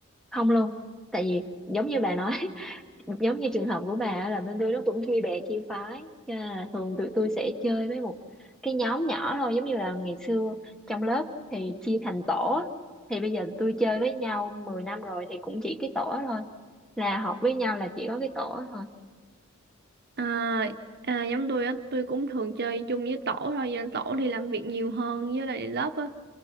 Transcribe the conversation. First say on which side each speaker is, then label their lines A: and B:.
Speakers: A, in the centre; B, on the right.
A: không luôn. Tại vì giống như bà nói, <laughs> giống như trường hợp của bà á, là bên tôi nó cũng chia bè chia phái cho nên là thường tụi tôi sẽ chơi với một cái nhóm nhỏ thôi, giống như là ngày xưa trong lớp thì chia thành tổ. á. Thì bây giờ tụi tôi chơi với nhau 10 năm rồi thì cũng chỉ cái tổ đó thôi là học với nhau là chỉ có cái tổ thôi
B: À, à, giống tôi á, tôi cũng thường chơi chung với tổ thôi, giờ tổ đi làm việc nhiều hơn với lại lớp á.